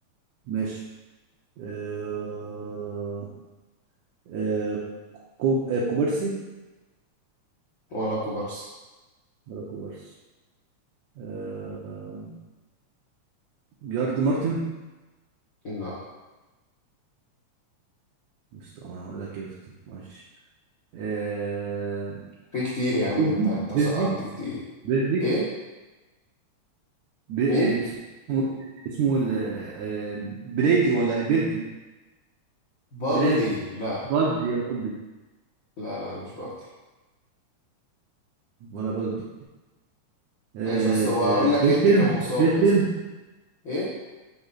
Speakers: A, on the right; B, on the left.
A: ماشي. آه... آه... كوب... آه... كوبارسي
B: ولا كوبارسي
A: ولا كوبارسي آه... جارد مارتن
B: لا
A: بس طبعا هقول لك ايه يا اسطى ماشي آه...
B: في كتير يا عم
A: بيلدي
B: أنت أنت سقطت
A: بيلدي
B: كتير
A: بيلدي
B: إيه
A: ب... آه...
B: مين
A: اسمه اسمه ال... آه... بريدي ولا بيلدي
B: بالدي
A: بلاد
B: لا
A: بالدي يا ربي
B: لا لا مش بالدي
A: ولا بالدي آه...
B: ماشي يا اسطى هو
A: آه...
B: هقول لك
A: كريستين
B: أنت كان مصاب
A: كريستين
B: يا اسطى إيه